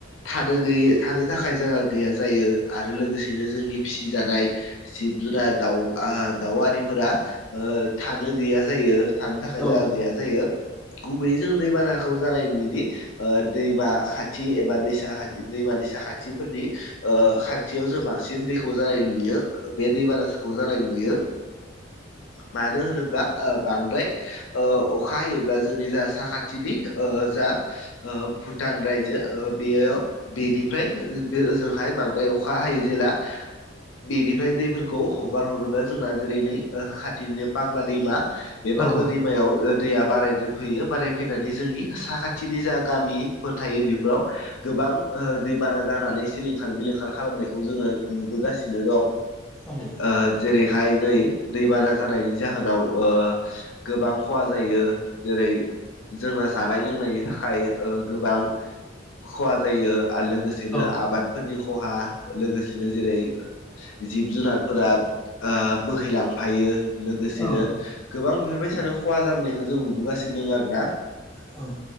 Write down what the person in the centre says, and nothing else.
औ
औ
औ
औ
औ
औ